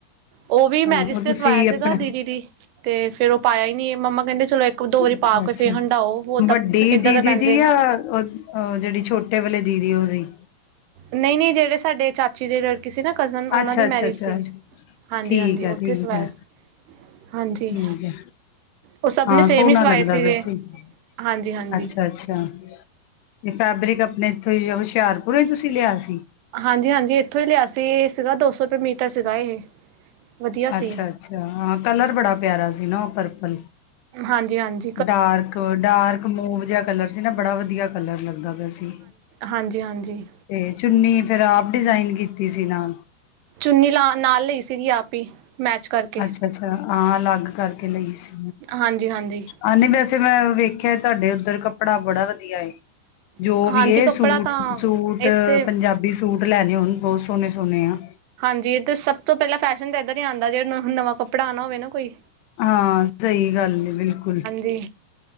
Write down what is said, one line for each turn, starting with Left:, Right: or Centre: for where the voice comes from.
Right: ਉਹ ਵੀ ਮੈਰਿਜ
Left: ਹਾਂ ਉਹ
Right: ਤੇ,
Left: ਤੁਸੀਂ
Right: ਸਵਾਇਆ ਸੀਗਾ
Left: ਆਪਣਾ
Right: ਦੀਦੀ ਦੀ। ਤੇ ਫੇਰ ਉਹ ਪਾਇਆ ਹੀ ਨਹੀਂ। ਮੰਮਾ ਕਹਿੰਦੇ ਚਲੋ ਦੋ ਵਾਰੀ
Left: ਅੱਛਾ-
Right: ਪਾ
Left: ਅੱਛਾ
Right: ਕੇ ਫੇਰ ਹੰਢਾਓ ਓਦਾਂ
Left: ਵੱਡੀ
Right: ਏਦਾਂ
Left: ਦੀਦੀ
Right: ਤਾਂ ਪੈਂਦੇ
Left: ਦੀ ਤਾਂ ਓ ਉਹ ਜਿਹੜੀ ਛੋਟੇ ਵਾਲੀ ਦੀਦੀ ਉਹਦੀ।
Right: ਨਹੀਂ- ਨਹੀਂ ਜਿਹੜੇ ਸਾਡੇ ਚਾਚੀ ਦੇ ਲੜਕੀ। ਕਿ ਸੀ ਨਾ ਕਜ਼ਨ ਉਹਨਾਂ
Left: ਅੱਛਾ
Right: ਦੀ
Left: ਅੱਛਾ
Right: ਮੈਰਿਜ
Left: ਅੱਛਾ
Right: ਸੀ। ਹਾਂਜੀ-
Left: ਠੀਕ
Right: ਹਾਂਜੀ
Left: ਹੈ
Right: ਉੱਥੇ
Left: ਠੀਕ
Right: ਸਵਾਇਆ
Left: ਹੈ
Right: ਸੀ। ਹਾਂਜੀ
Left: ਠੀਕ ਹੈ।
Right: ਉਹ ਸਭ
Left: ਹਾਂ
Right: ਨੇ ਸੇਮ
Left: ਸੋਹਣਾ
Right: ਹੀ ਸਵਾਏ
Left: ਲੱਗਦਾ
Right: ਸੀਗੇ
Left: ਪਿਆ ਸੀ।
Right: ਹਾਂਜੀ-ਹਾਂਜੀ।
Left: ਅੱਛਾ- ਅੱਛਾ। ਤੇ ਫੈਬਰਿਕ ਆਪਣੇ ਇੱਥੋਂ ਹੀ, ਹੁਸ਼ਿਆਰਪੁਰੋਂ ਹੀ ਤੁਸੀਂ ਲਿਆ ਸੀ।
Right: ਹਾਂਜੀ- ਹਾਂਜੀ ਇੱਥੋਂ ਹੀ ਲਿਆ ਸੀ। ਸੀਗਾ ਦੋ ਸੌ ਰੁਪਏ ਮੀਟਰ ਸੀਗਾ, ਇਹ। ਵਧੀਆ ਸੀ।
Left: ਅੱਛਾ- ਅੱਛਾ ਹਾਂ, ਕਲਰ ਬੜਾ ਪਿਆਰਾ ਸੀ ਨਾ, ਉਹ ਪਰਪਲ।
Right: ਹਾਂਜੀ- ਹਾਂਜੀ।
Left: ਡਾਰਕ, ਡਾਰਕ ਮੂਵ ਜਿਹਾ ਕਲਰ ਸੀ ਨਾ। ਬੜਾ ਵਧੀਆ ਕਲਰ ਲੱਗਦਾ ਪਇਆ ਸੀ।
Right: ਹਾਂਜੀ- ਹਾਂਜੀ।
Left: ਤੇ ਚੁੰਨੀ ਫੇਰ ਆਪ ਡਿਜ਼ਾਇਨ ਕੀਤੀ ਸੀ ਨਾਲ।
Right: ਚੁੰਨੀ ਲਾ ਨਾਲ ਲਈ ਸੀਗੀ, ਆਪ ਹੀ ਮੈਚ। ਕਰਕੇ
Left: ਅੱਛਾ- ਅੱਛਾ ਆਹ ਅਲੱਗ ਕਰਕੇ ਲਈ ਸੀ।
Right: ਹਾਂਜੀ- ਹਾਂਜੀ।
Left: ਆਂ ਨਹੀਂ ਵੈਸੇ ਮੈਂ ਵੇਖਿਆ, ਤੁਹਾਡੇ ਉੱਧਰ ਕੱਪੜਾ ਬੜਾ ਵਧੀਆ ਏ। ਜੋ
Right: ਹਾਂਜੀ
Left: ਵੀ
Right: ਹਾਂਜੀ
Left: ਇਹ
Right: ਕੱਪੜਾ
Left: ਸੂਟ
Right: ਤਾਂ
Left: ਸੂਟ
Right: ਇੱਥੇ
Left: ਪੰਜਾਬੀ ਸੂਟ ਲੈਣੇ ਹੋਣ ਬਹੁਤ ਸੋਹਣੇ ਸੋਹਣੇ ਆ।
Right: ਹਾਂਜੀ ਇਹ ਤੇ ਸਭ ਤੋਂ ਪਹਿਲਾਂ ਫੈਸ਼ਨ ਤਾਂ ਇੱਧਰ ਆਉਂਦਾ ਜੇ ਨਵਾਂ ਕੱਪੜਾ ਆਉਣਾ ਹੋਵੇ ਨਾ ਕੋਈ।
Left: ਹਾਂ, ਸਹੀ ਗੱਲ ਹੈ ਬਿਲਕੁਲ।
Right: ਜੀ।